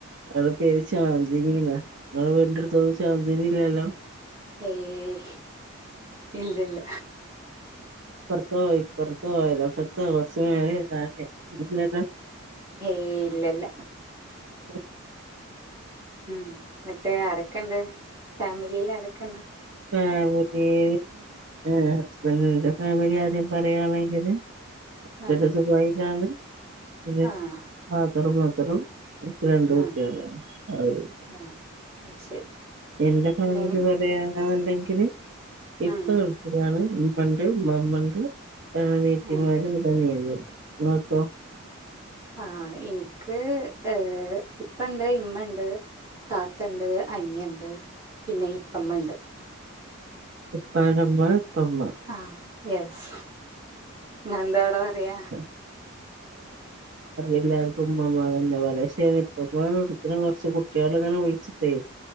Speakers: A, on the right; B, on the right.
A: അവളെ പേര് ചാ ന്ദിനിന്നാ ഇങ്ങളെ വീടിന്റെ അടുത്തൊന്നും ചാന്ദിനി ഇല്ലല്ലോ
B: ഏയ് ഇല്ലില്ല
A: അപ്പർത്തൊ ഇപ്പർത്തൊ അയൽവക്കത്തോ കുറച്ചുമേലെ താഴെ ഒന്നൂല്ലല്ലോ
B: ഏയ് ഇല്ലില്ല
A: ഒന്നുല്ലല്ലോ
B: ഉം ന്ന്ട്ട് ആരൊക്കെണ്ട് ഫാമിലീല് ആരൊക്കെണ്ട്?
A: ഫാമിലീല് ഹസ്ബന്റിന്റെ ഫാമിലി ആദ്യം പറയാണെങ്കില്
B: ആഹ്
A: ഓര് ദുബായിലാണ്. പിന്നെ
B: ആഹ്
A: ഫാദറും മദറും രണ്ട് കുട്ടികള്
B: ആഹ്
A: അവരും
B: ആഹ് അത് ശരി
A: എന്റെ ഫാമിലി
B: പിന്നെ
A: പറയാ യാന്നുണ്ടെങ്കില് ഇപ്പ
B: ഉം
A: ഗൾഫിലാണ് ഉമ്മണ്ട് ഉമ്മാമ്മണ്ട് ആനിയത്തിമാരുണ്ട്
B: ആഹ്
A: അനിയനുണ്ട്. മോൾക്കോ
B: ആഹ് എനിക്ക് ഏഹ് ഇപ്പണ്ട് ഇമ്മണ്ട് താത്തണ്ട് അനിയണ്ട് പിന്നെ ഇപ്പമ്മണ്ട്.
A: ഇപ്പാടെമ്മ ഇപ്പമ്മ.
B: ആഹ് യെസ് നിങ്ങളെന്താവടെ പറയ?
A: <unintelligible> എല്ലാർത്തും ഉമ്മമ്മാന്നന്നെ പറയാ പക്ഷേ ഇപ്പമ്മാന്ന് വിടെ കൊറച്ച് കുട്ടികളിങ്ങനെ വിളിച്ചിട്ടേ